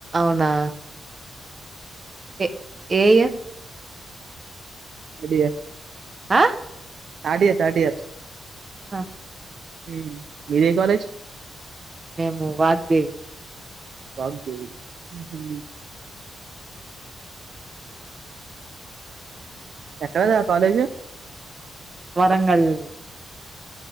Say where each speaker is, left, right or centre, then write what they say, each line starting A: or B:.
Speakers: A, on the right (about 25°); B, on the right (about 50°).
A: నా ఎ ఏయ
B: అడియ
A: ఆయ్
B: తాడియర్ తాడియర్
A: ఆ
B: ఉమ్ మీదే కాలేజ్
A: మేము వాగ్దే
B: వాగ్ ది ఊహు ఎక్కడ ద కాలజ
A: వరంగల్